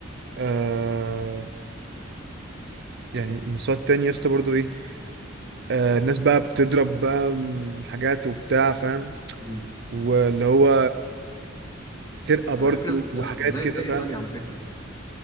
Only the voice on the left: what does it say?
مم.
على فكرة ز-
آه زي
زي
ايطاليا على فكرة